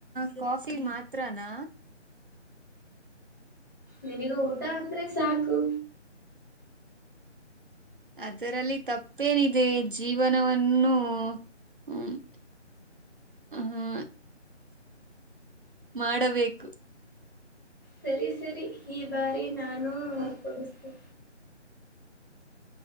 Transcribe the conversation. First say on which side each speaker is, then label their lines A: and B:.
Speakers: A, on the right; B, on the right.
A: -ಕಾಫಿ ಮಾತ್ರನಾ.
B: ನಿನಗ ಊಟ ಅಂದ್ರೆ ಸಾಕು
A: ಅದರಲ್ಲಿ ತಪ್ಪೇನಿದೆ ಜೀವನವನ್ನು. ಹ್ಮ್ ಹ ಮಾಡಬೇಕು
B: ಸರಿ ಸರಿ ಈ ಬಾರಿ ನಾನು ಕೊಡಿಸ್ತ